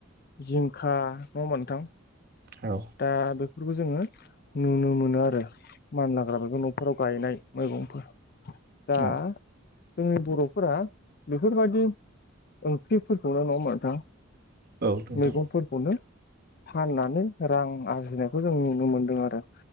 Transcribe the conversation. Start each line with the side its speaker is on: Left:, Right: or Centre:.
Left: जिंखा नङा होमबा नोंथां
Right: औ
Left: दा बेफोरखौ जोङो नुनो मोनो आरो। मानलाग्रा मैगं न'फोराव गायनाय मैगंफोर दा
Right: औ
Left: जोंनि बर'फोरा बेफोरबायदि ओंख्रिफोरखौल नङा होमबा नोंथां?
Right: औ नोंथां
Left: मैगंफोरखौनो फाननानै रां आरजिनायखौ जों नुनो मोनदों आरो